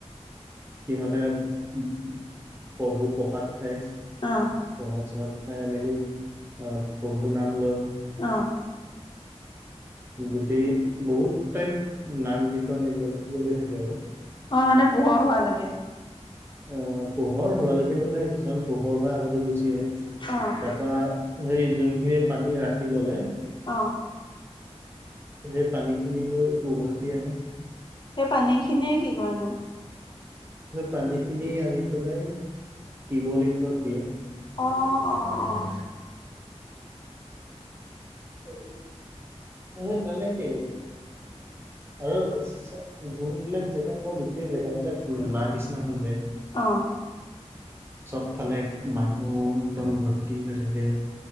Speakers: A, on the right; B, on the left.
A: সিহঁতে উ প্ৰভু প্ৰসাদ খায়। প্ৰখাট-
B: অ',
A: চখাত খাই মেলি অ প্ৰভু নাম লয়।
B: আহঁ।
A: গোটেই বহুত টাইম নাম কীৰ্তন এইবিলাক লৈ থাকে আৰু।
B: অ, মানে পোহৰ হোৱা লেকে।
A: অ, পোহৰ হোৱালৈকে বুলি নহয় কিছুমান পোহৰ হোৱা আগতো গুচি আহে। তাৰ
B: অ',
A: পৰা সেই যোনখিনি পানী ৰাখি ললে
B: অঁ।
A: সেই পানীখিনিলৈ উভতি আহে।
B: সেই পানী খিনিয়ে কি কৰানো?
A: পানী খিনি আনি পেলাই শিৱলিংগত দিয়ে।
B: অ', অ', অ',
A: উ। উম তেনেকেই। আৰু যোনবিলাক জেগা থওঁ গোটেই জেগা বিলাক মেলা নিচিনা হৈ যায়।
B: অঁ
A: চবফালে মানুহ একদম ভৰ্তি হৈ থাকে।